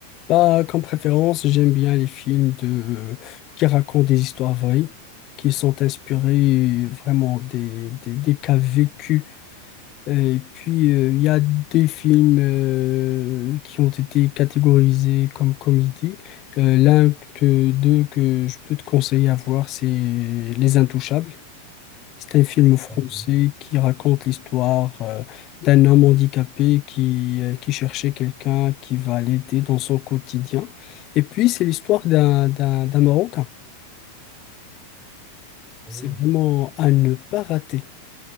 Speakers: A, on the left (about 35°); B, in the centre.
A: Bah, comme préférence, j'aime bien les films de, qui racontent des histoires vraies, qui sont inspirés vraiment des, des, des cas vécus Euh, Et puis, euh, il y a des films euh, qui ont été catégorisés comme comédie. Euh, l'un que, d'eux que je peux te conseiller à voir, c'est Les Intouchables. C'est un film français
B: Ah oui.
A: qui raconte l'histoire euh, d'un homme handicapé qui, euh, qui cherchait quelqu'un qui va l'aider dans son quotidien. Et puis, c'est l'histoire d'un, d'un, d'un Marocain.
B: Oui,
A: C'est vraiment à ne pas rater.